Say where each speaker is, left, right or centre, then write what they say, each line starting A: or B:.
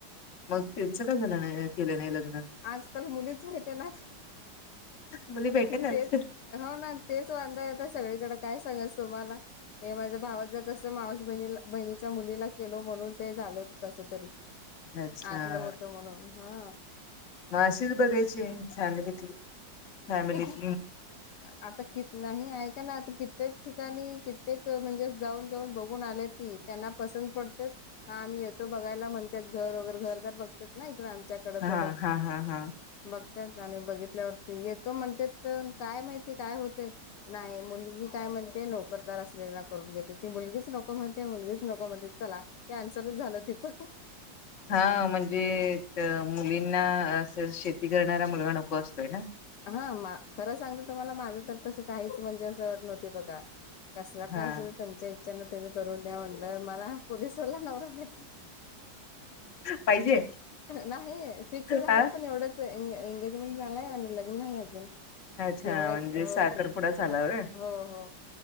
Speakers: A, on the left; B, on the left.
A: मग त्यांचं का
B: <unintelligible>
A: झालं नाही केलं नाही लग्न?
B: आजकाल मुलीच भेटणात
A: मुली भेटेलच
B: तेच हो ना तेच वांदा आहे सगळीकडे काय सांगायच तुम्हाला? हे माझ्या भावा ज कस मावस बहिणीला बहिणीच्या मुलीला केलो म्हणून ते झालेत कस तरी
A: अच्छा
B: आतलं होतं म्हणून हा
A: मग अशीच बघायची फॅमिलीतली फॅमिलीत
B: आता कि नाही आहे का ना आ कित्येक ठिकाणी कित्येक म्हणजे जाऊन जाऊन बघून आले ती त्यांना पसंत पडतात हा आम्ही येतो बघायला म्हणतात घर वगैरे घर तर बघतात ना इकड आमच्या
A: हा
B: थोड
A: हा हा हा
B: बघतात आणि बघितल्यावरती येतो म्हण त्यात काय माहिती काय होतय? नाही मुलगी काय म्हणते नोकरदार असलेला करून घेते, ती मुलगीच नको म्हणते मुलगीच नको म्हणते चला. कॅन्सलच झालं तिथं.
A: हा म्हणजे मुलींना अस शेती करणारा मुलगा नको असतोय ना
B: हा खरं सांगते तुम्हाला माझं तर तसं काहीच म्हणजे असं अट नव्हती बघा कसला
A: हा
B: काय असना तुमच्या इच्छेना तुम्ही करून द्या म्हणलं मला पोलिसवाला नवरा भेटला.
A: पाहिजे
B: ह नाही फिक्स झालं
A: हा
B: पण एवढच एंगेजमेंट झालंय आणि ल नाही अजून
A: अच्छा
B: दिवाळी
A: म्हणजे
B: हो
A: साखरपुडा
B: दि
A: झाला होय
B: हो हो